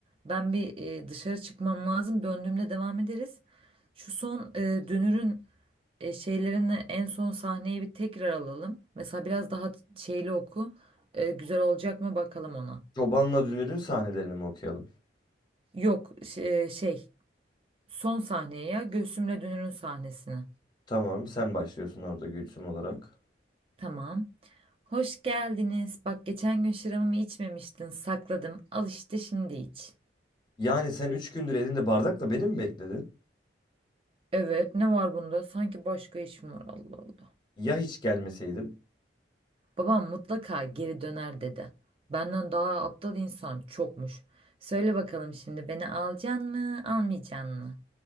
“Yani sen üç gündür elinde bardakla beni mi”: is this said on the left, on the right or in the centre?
Left